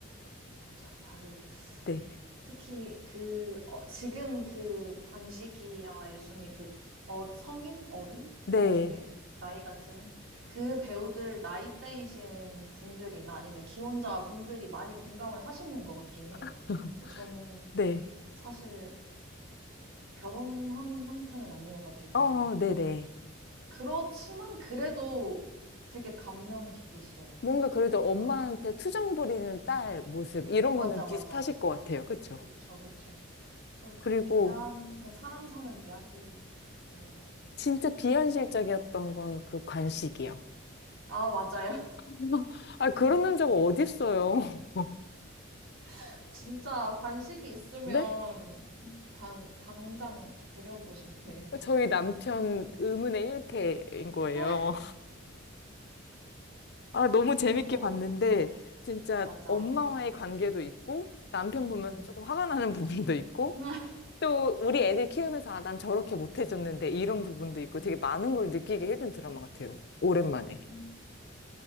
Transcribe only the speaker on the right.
맞아. 다들
특히 그 어, 지금 그 관식이와 예순이 그 어, 성인 어른
나중에 나이 같은 그 배우들 나이대이신 분들이나 아니면 기혼자 분들이 많이 공감을 하시는 것 같긴 해요.
저는
사실 결혼한 상태는 아니어가지고
그렇지만 그래도 되게 감명 깊었어요.
그러니까
맞아
맞아 맞아.
그쵸 그쵸. 좀
인간 그냥 사람 사는 이야기 느낌이고.
아, 맞아요.
<laughs> 진짜 관식이 있으면
당, 당장 데려오고 싶네요.
<laughs>
그쵸.
맞아.
음.
<laughs>
음,
음,